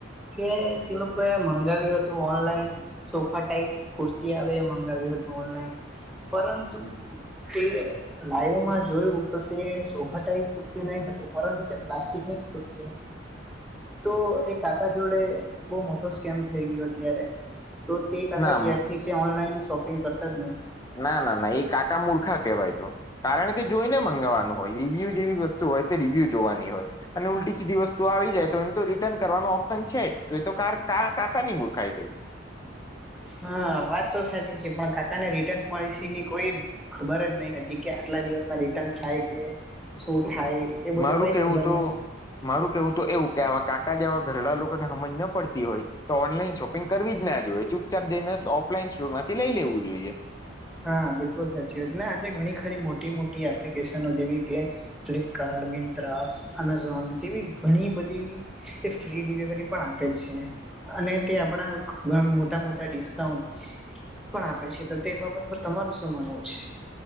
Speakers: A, in the centre; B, on the left (about 20°).
A: કે તે લોકો એ મંગાવ્યું હતું ઓનલાઈન સોફા ટાઈપ ખુરસી આવે મંગાવ્યું હતું ઓનલાઈન પરંતુ <unintelligible> લાઈવમાં જોયું તો તે સોફા ટાઈ ખુરશ નહી હતીું પરંતુ તે પ્લાસ્ટિક ની જ ખુરશ હ તો એ કાકા જોડે બહ મોટો સ્કેમ થઈ ગયો અત્યારે. તો તે કાકા
B: ના
A: ત્યારથી તે ઓનલાઈન શોપિંગ કરતા જ નથી.
B: ના ના ના એ કાચા મૂર્ખા કે વાઈ તો. કારણ કે જોઈને મંગાવવાનું હોય રિવ્યુ જેવી વસ્તુ હોય તે રિવ્યુ જોવાની હોય. અને ઉલટી સીધી વસ્તુ આવી જાય તો એને તો રિટર્ન કરવાનો ઓપ્શન છે જ તો એ તો કાર કા કાકાની મૂર્ખાય થઈ.
A: હા વાત તો સાચી છે પણ કાકાને રિટર્ન પોલિસીની કોઈ ખબર જ નહી હતી કે આટલા દિવસમાં રિટર્ન થાય કે શું થાય. એ બધું
B: મારું
A: કઈ
B: કેવું
A: ખબર ન
B: તો મારું કેવું તો એવું કે આવા કાકા જેવા ઘરડા લોકોને સમજ ન પડતી હોય તો ઓનલાઈન શોપિંગ કરવી જ ના જોઈએ ચૂપચાપ જઈને ઓફલાઈન સ્ટોર માંથી લઈ લેવું જોઈએ.
A: હા બિલકુલ સાચી વાત આજે ઘણી ખરી મોટી મોટી એપ્લિકેશનો જેવી કે ફ્લિપકાર્ડ, મિત્રા એપ અમેઝોન જેવી ઘણી બધી એ ફ્રી ડિલિવરી પણ આપે છે. અને તે આપણા ઘ મોટા મોટા ડિસ્કાઉન્ટ પણ આપે છે. તો તે બાબત પર તમારું શું માનવું છે?